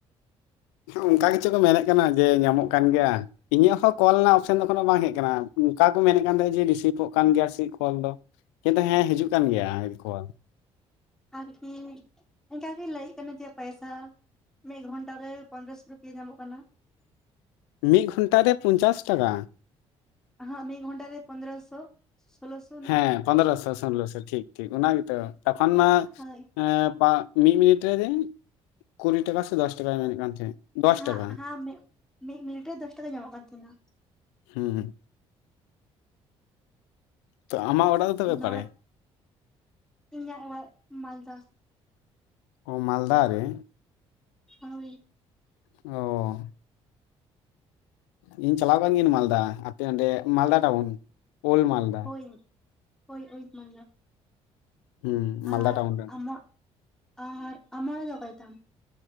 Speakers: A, on the left; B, in the centre.
A: ᱚᱱᱠᱟ ᱜᱮᱪᱚ ᱠᱚ ᱢᱮᱱᱮᱫ ᱠᱟᱱᱟ ᱡᱮ ᱧᱟᱢᱚᱜ ᱠᱟᱱ ᱜᱮᱭᱟ᱾ ᱤᱧᱟᱹᱜ ᱦᱚᱸ ᱠᱚᱞ ᱨᱮᱱᱟᱜ ᱚᱯᱥᱮᱱ ᱫᱚ ᱮᱠᱷᱚᱱᱳ ᱵᱟᱝ ᱦᱮᱡ ᱠᱟᱱᱟ, ᱚᱱᱠᱟ ᱠᱚ ᱢᱮᱱᱮᱫ ᱠᱟᱱ ᱛᱟᱦᱮᱸ ᱡᱮ ᱨᱤᱥᱤᱵᱷᱚᱜ ᱠᱟᱱ ᱜᱮᱭᱟ ᱥᱮᱫ ᱠᱚᱞ ᱫᱚ᱾ ᱠᱤᱱᱛᱩ ᱦᱮᱸ ᱦᱤᱡᱩᱜ ᱠᱟᱱ
B: ᱦᱩᱸ
A: ᱜᱮᱭᱟ ᱠᱚᱞ᱾
B: ᱟᱨᱠᱤ ᱤᱱᱠᱟᱜᱤ ᱞᱟᱹᱭᱮᱫ ᱠᱟᱱᱟ ᱡᱮ ᱯᱟᱭᱥᱟᱼᱼ ᱢᱤᱫ ᱜᱷᱚᱱᱴᱟ ᱨᱮ ᱯᱚᱱᱨᱚ ᱥᱚ ᱨᱩᱯᱤᱭᱟᱹ ᱧᱟᱢᱚᱜ ᱠᱟᱱᱟ᱾
A: ᱢᱤᱫ ᱜᱷᱚᱱᱴᱟ ᱨᱮ ᱯᱚᱧᱪᱟᱥ ᱴᱟᱠᱟ᱾
B: ᱦᱟ ᱢᱤᱫ ᱜᱚᱱᱴᱟ ᱨᱮ ᱯᱚᱫᱨᱚ ᱥᱳ᱾ ᱥᱳᱞᱚ ᱥᱚᱼᱼ
A: ᱦᱮᱸ ᱯᱚᱱᱨᱚ ᱥᱚ ᱥᱳᱞᱞᱳ ᱥᱚ ᱴᱷᱤᱠ ᱴᱷᱤᱠ ᱚᱱᱟ ᱜᱮᱛᱚ, ᱛᱚᱠᱷᱚᱱ ᱢᱟ
B: ᱦᱳᱭ
A: ᱮᱸᱻ ᱯᱟᱸ ᱢᱤᱫ ᱢᱤᱱᱤᱴ ᱨᱮ ᱠᱩᱲᱤ ᱴᱟᱠᱟ ᱥᱮ ᱫᱚᱥ ᱴᱟᱠᱟᱭ ᱢᱮᱱᱮᱫ ᱠᱟᱱ ᱛᱟᱦᱮᱸᱫ᱾ ᱫᱚᱥ
B: ᱦᱟᱸ
A: ᱴᱟᱠᱟ
B: ᱦᱟᱸ ᱢᱤᱫ ᱢᱤᱱᱤᱴ ᱨᱮ ᱫᱚᱥ ᱴᱟᱠᱟ ᱧᱟᱢᱚᱜ ᱠᱟᱱ ᱛᱟᱦᱮᱱᱟ᱾
A: ᱦᱩᱸ᱾ ᱛᱚ ᱟᱢᱟᱜ ᱚᱲᱟᱜ ᱛᱚᱵᱮ
B: ᱱᱚᱨᱛᱷ,
A: ᱚᱠᱟᱨᱮ
B: ᱤᱧᱟᱹᱜ ᱚᱲᱟᱜ ᱢᱟᱞᱫᱟ᱾
A: ᱚ ᱢᱟᱞᱫᱟ ᱨᱮ?
B: ᱦᱳᱭ᱾
A: ᱚ ᱤᱧ ᱪᱟᱞᱟᱣ ᱠᱟᱱ ᱜᱤᱭᱟᱹᱧ ᱢᱟᱞᱫᱟ, ᱟᱯᱮ ᱚᱸᱰᱮ ᱢᱟᱞᱫᱟ ᱴᱟᱣᱩᱱ ᱳᱞᱰ ᱢᱟᱞᱫᱟ᱾
B: ᱦᱳᱭ ᱦᱳᱭ ᱳᱞᱰ ᱢᱟᱞᱫᱟ᱾
A: ᱦᱩᱸ ᱢᱟᱞᱫᱟ
B: ᱟᱨ
A: ᱴᱟᱣᱩᱱ ᱨᱮ
B: ᱟᱢᱟᱜ, ᱟᱨ ᱟᱢᱟᱜ ᱚᱲᱟᱜ ᱫᱚ ᱚᱠᱟᱨᱮᱛᱟᱢ?